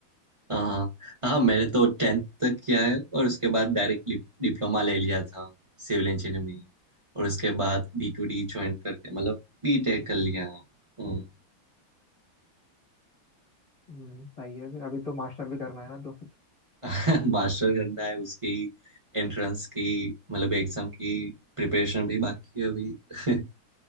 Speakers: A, on the right; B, on the left.
A: हाँ हाँ मैंने तो टेंथ तक किया है और उसके बाद डायरेक्ट डिप्लोमा ले लिया था सिविल इंजीनियरिंग में और उसके बाद डी टू डी ज्वाइन करके मतलब बीटेक कर लिया है हम्म।
B: हम्म, सही है अभी अभी तो मास्टर भी करना है ना तो
A: <laughs> मास्टर करना है उसकी एंट्रेंस की मतलब एग्जाम की प्रिपरेशन भी बाकी है अभी <laughs>